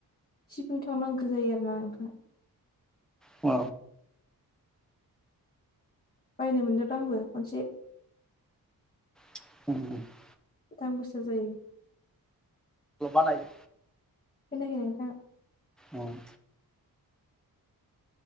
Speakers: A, on the left (about 25°); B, in the centre.
A: सिबिं थाव नांगौ जायो आरो ना नोंथां।
B: अ।
A: बायनो मोनदोंब्रा आंबो खनसे।
B: <unintelligible>
A: दाम गोसा जायो।
B: <unintelligible> बानायो
A: खोनायाखै नोंथां
B: <unintelligible>